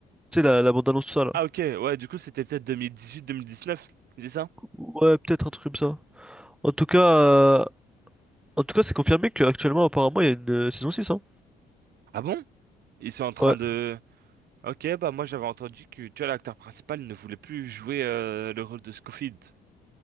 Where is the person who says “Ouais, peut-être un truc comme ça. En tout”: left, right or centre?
Centre